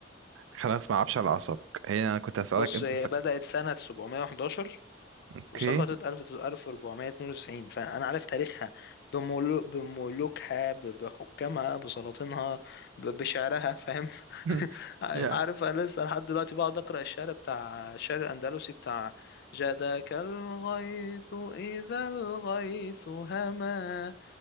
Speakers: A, on the right (about 85°); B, on the left (about 55°).
A: خلاص ما اعرفش على اعصابك هي انا كنت هسألك
B: بص
A: امتى
B: هي
A: سقطت
B: بدأت سنة 711
A: اوكي
B: وسقطت 1000 1492 فأنا عارف تاريخها بملو... بملوكها ب- بحكامها بسلاطينها ب- بشعرها فاهم؟
A: <laughs>
B: <laughs>
A: يا
B: عارف أنا لسه لحد دلوقتي بقعد أقرأ الشعر بتاع الشعر الأندلسي بتاع جادك الغيث إذا الغيث هما